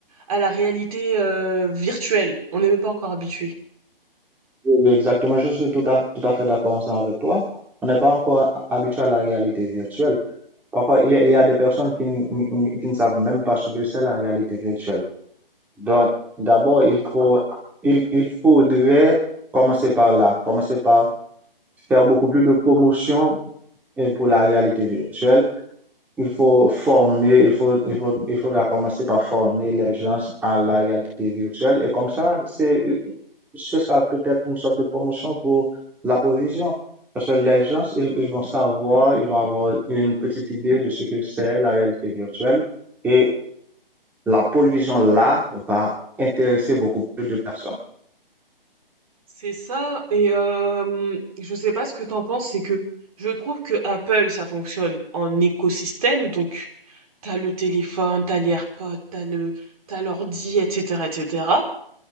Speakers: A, on the right (about 40°); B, in the centre.
A: à la réalité euh, virtuelle. On n'est même pas encore habitué.
B: oui, exactement. je suis tout à, tout à fait d'accord ensemble avec toi. On n'est pas encore habitué à la réalité virtuelle. Parfois, il y a, il y a des personnes qui, n- n- qui ne savent même pas ce que c'est la réalité virtuelle. Donc, d'abord, il faut, il, il faudrait commencer par là, commencer par faire beaucoup plus de promotion euh, pour la réalité virtuelle il faut former, il faut, il faut, il faudra commencer par former les gens à la réalité virtuelle. Et comme ça, c'est, ce sera peut-être une sorte de promotion pour la provision. Parce que les gens, ils, ils vont savoir, ils vont avoir une petite idée de ce que c'est la réalité virtuelle. Et la provision là va intéresser beaucoup plus de personnes.
A: C'est ça, et euh, je sais pas ce que t'en penses, c'est que je trouve que Apple, ça fonctionne en écosystème, donc t'as le téléphone, t'as les AirPods, t'as le, t'as l'ordi, etc., etc. Et cetera.